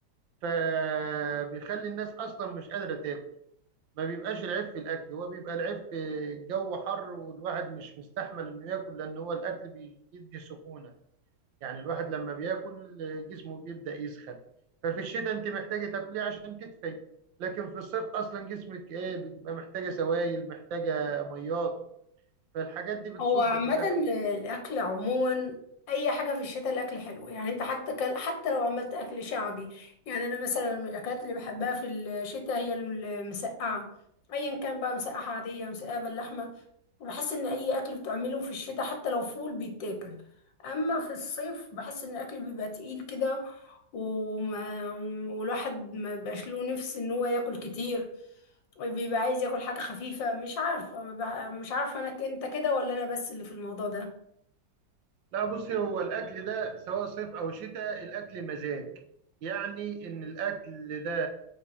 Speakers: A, on the right; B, on the left.
A: فبيخلي الناس اصلا مش قادره تاكل ما بيبقاش العيب في الاكل هو بيبقى العيب في الجو حر والواحد مش مستحمل انه ياكل لان هو الاكل بيدي سخونه يعني الواحد لما بياكل جسمه بيبدا يسخن ففي الشتاء انت محتاجه تاكليه عشان تدفي لكن في الصيف اصلا جسمك ايه بتبقى محتاجه سوائل محتاجه ميات فالحاجات دي بتصد
B: هو عامة
A: في الاكل
B: الأكل عموما أي حاجة في الشتاء الأكل حلو يعني أنت حتى كل حتى لو عملت أكل شعبي يعني أنا مثلا من الأكلات اللي بحبها في الشتاء هي المسقعة أيا كان بقى مسقعة عادية مسقعة باللحمة وبحس إن أي أكل بتعمله في الشتاء حتى لو فول بيتاكل أما في الصيف بحس إن الأكل بيبقى تقيل كده وما والواحد ما بيبقاش له نفس إن هو ياكل كتير بيبقى عايز ياكل حاجة خفيفة مش عارفة ما بح- مش عارفة انا ك- انت كده ولا انا بس اللي في الموضوع ده
A: لا بصي هو الأكل ده سواء صيف أو شتاء الأكل مزاج يعني إن الأكل ده